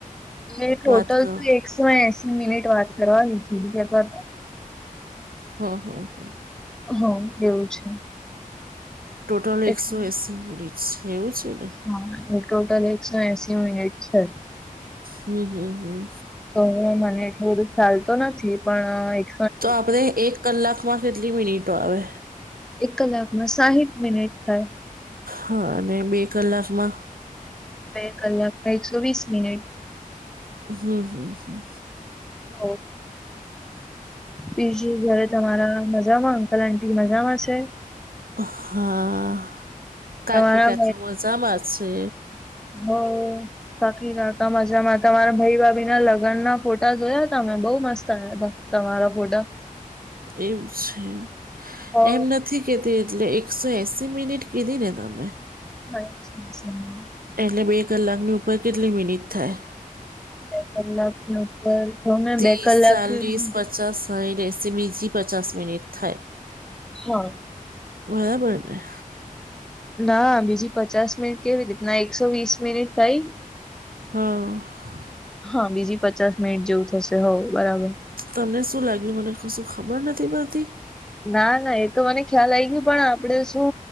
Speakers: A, in the centre; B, on the right (about 85°).
A: એ ટોટલ
B: વાત કર
A: તો એકસો એસી મિનિટ વાત કરવાની છે એવું કેતા હતાં.
B: હ હ હ.
A: હ એવું છે.
B: ટોટલ
A: એટલે
B: એકસો એંસી મિનિટસ છે એવું છે ને?
A: હા એ ટોટલ એકસો એસી મિનિટ છે.
B: હમ્મ હમ્મ હમ્મ.
A: તોયે અવે મને એટલું બધું ખ્યાલ તો નથી પણ એક
B: તો આપણે એક કલાકમાં કેટલી મિનિટો આવે?
A: એક કલાકમાં સાહીઠ મિનિટ થાય.
B: હા ને બે કલાકમાં?
A: બે કલાકમાં એકસો વીસ મિનિટ.
B: હમ્મ હમ્મ હમ્મ.
A: ઓહ! બીજું ઘરે તમારા મજામાંન અંકલ આન્ટી મજામાં છે?
B: હા, કાકી
A: તમારા
B: કાકા મજામાં છે.
A: હ. કાકી કાકા મજામાં, તમારા ભઈ ભાભીના લગનના ફોટા જોયા તા મેં બઉ મસ્ત હતાં. તમારાં ફોટા
B: એવું શેમ
A: હો
B: એમ નથી. કેતી એટલે એકસો એસી મિનિટ કીધી ને તમે?
A: હ જ છે <unintelligible>
B: એટલે બે કલાકની ઉપર કેટલી મિનિટ થાય?
A: બે કલાકની ઉપર જોને
B: ત્રીસ
A: બે કલાક
B: ચાલીસ
A: એટલે
B: પચાસ સાહીઠ એસી બીજી પચાસ મિનિટ થાય.
A: હા
B: બરાબર ને
A: ના બીજી પચાસ મિનિટ કેવી રીતનાં, એકસો વીસ મિનિટ થઈ.
B: હ.
A: હ બીજી પચાસ મિનિટ જેવું થશે હોવ બરાબર.
B: તમને શું લાગ્યું મને કશું ખબર નથી પડતી?
A: ના ના એ તો મને ખ્યાલ આવી ગયો પણ આપડે જે